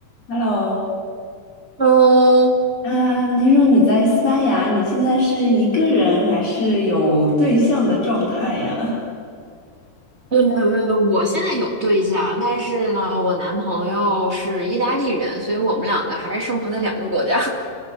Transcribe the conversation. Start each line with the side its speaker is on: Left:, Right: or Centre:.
Left: Hello，
Right: 嗯，
Left: 啊，听说你在西班牙，你现在是一个人还是有对象的状态呀？
Right: 呃，呃我现在有对象，但是呢，我男朋友是意大利人，所以我们两个还是生活在两个国家。